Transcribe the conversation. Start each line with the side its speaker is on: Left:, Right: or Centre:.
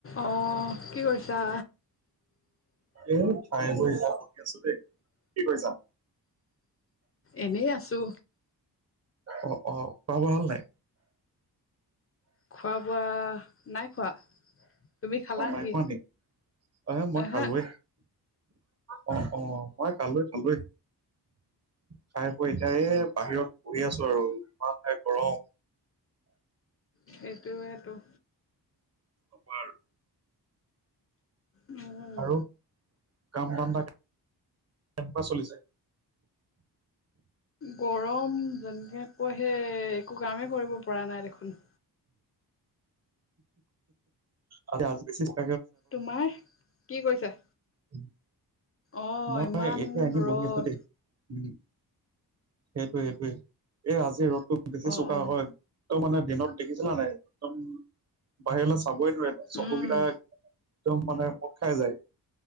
Left: অঁ কি কৰিছা
Right: এ ঠাই গ যাম শি আছো দেই কি কৈছা <unintelligible>
Left: এনেই আছো।
Right: অ অ খাৱা-বোৱা হ'ল নাই?
Left: খোৱা- বোৱা নাই খোৱা। তুমি খালা
Right: অ
Left: নেকি?
Right: নাই পোৱা নি? অ মই
Left: এহে
Right: খালোএ। অ অ মই খালোএ খালোএ। খাই পৈ এতিয়াই এই বাহিৰত বহি আছো আৰু ইমানহে গৰম।
Left: সেইটোৱেতো।
Right: অপাৰ
Left: উম,
Right: আৰু কাম ধান্দা কেনকা চলিছে?
Left: গৰম যেনেকে কৈ সেই একো কামেই কৰিব পৰা নাই দেখোন।
Right: আজ গছ <unintelligible>
Left: তোমাৰ কি কৰিছা?
Right: উম <inaudible>
Left: অ',
Right: মই
Left: ইমান
Right: এতিয়া এনে
Left: ৰ'দ।
Right: বহি আছো দেই। উ সেইটয়ে সেইটোৱে এই আজি ৰ'দটো বেছি
Left: অ',
Right: চোকা
Left: অ',
Right: হয় একম মানে দিনত দেখিছিলা নাই একদম বাহিৰলৈ চাবই নোৱাৰেদম চকুকেইটা
Left: উম।
Right: একদম মানে মূট খাই যায়